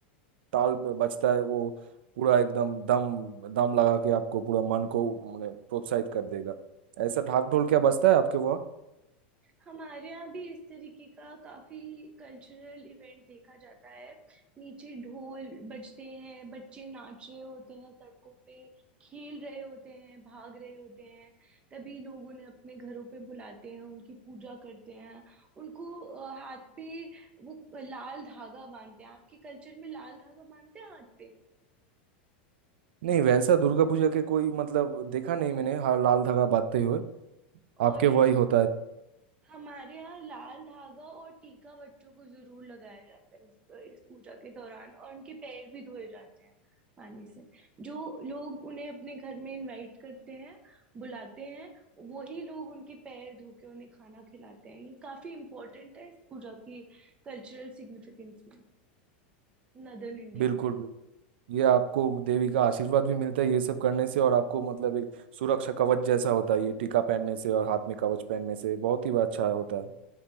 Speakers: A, on the right; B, on the right.
A: ताल ब- बजता है वो पूरा एकदम दम दम लगा के आपको पूरा मन को माने प्रोत्साहित कर देगा ऐसा ढाक ढोल क्या बजता है आपके वहाँ
B: हमारे यहाँ भी इस तरीके का काफी कल्चरल इवेंट देखा जाता है नीचे ढोल बजते हैं बच्चे नाच रहे होते हैं सड़कों पे खेल रहे होते हैं भाग रहे होते हैं तभी लोग उन्हें अपने घरों पे बुलाते हैं उनकी पूजा करते हैं उनको अ, हाथ पे वो लाल धागा बांधते हैं आपके कल्चर में लाल धागा बांधते हैं हाथ पे
A: नहीं वैसा दुर्गा पूजा के कोई मतलब देखा नहीं मैंने हाँ लाल धागा बांधते हुए
B: और
A: आपके वहाँ ही होता है
B: हमारे यहाँ लाल धागा और टीका बच्चों को जरूर लगाया जाता है इस, इस पूजा के दौरान और उनके पैर भी धोए जाते हैं पानी से जो लोग उन्हें अपने घर में इनवाइट करते हैं बुलाते हैं वही लोग उनके पैर धो के उन्हें खाना खिलाते हैं ये काफी इम्पोर्टेंट है इस पूजा की कल्चरल सिग्निफिकेंस में नदर्न इंडिया
A: बिल्कुल
B: में
A: बिल्कुल ये आपको देवी का आशीर्वाद भी मिलता है ये सब करने से और आपको मतलब एक सुरक्षा कवच जैसा होता है ये टीका पहनने से और हाथ में कवच पहनने से बहुत ही अच्छा होता है